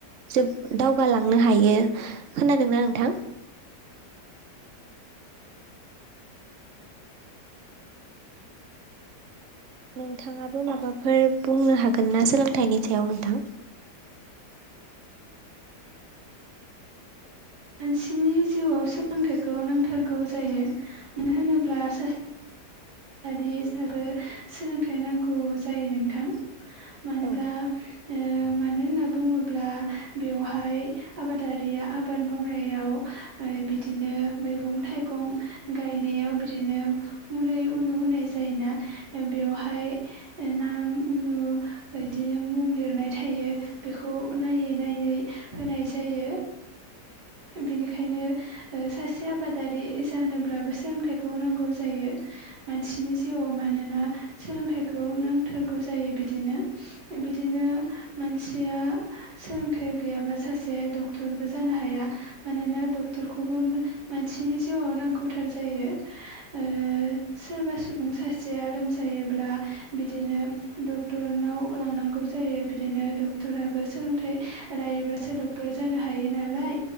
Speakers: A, on the right; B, on the right.
A: जोब दावगालांनो हायो खोनादोंना नोंथां नोंथाङाबो माबाफोर बुंनो हागोन ना सोलोंथाइनि सायाव नोंथां
B: मानसिनि जिउआव सोलोंथाइखौ नांथारगौ जायो मानो होनोब्ला सासे <unintelligible> सोलोंथाइ नांगौ जायो नोंथां मानोब्ला
A: औ
B: ओ मानो होनना बुङोब्ला बेवहाय आबादारिया आबाद मावनायाव ओ बिदिनो मैगं थाइगं गायनायाव बिदिनो मुलै उनु होनाय जायोना बेवहाय नाम उनु बिदिनो मुं लिरनाय थायो बेखौ नायै नायै होनाय जायो बिनिखायनो ओ सासे आबादारि जानोब्लाबो सोलोंथाइखौ नांगौ जायो
A: <unintelligible>
B: मानसिनि जिउआव मानोना सोलोंथाइखौ नांथारगौ जायो बिदिनो बिदिनो मानसिया सोलोंथाइ गैयाबा सासे डक्टरबो जानो हाया मानो ना डक्टरखौबो मो मानसिनि जिउआव नांगौथार जायो ओ सोरबा सुबुं सासेया लोमजायोब्ला बिदिनो डक्टरनाव लांनांगौ जायो बिदिनो डक्टराबो सोलोंथाइ लायोब्लासो डक्टर जानो हायो नालाय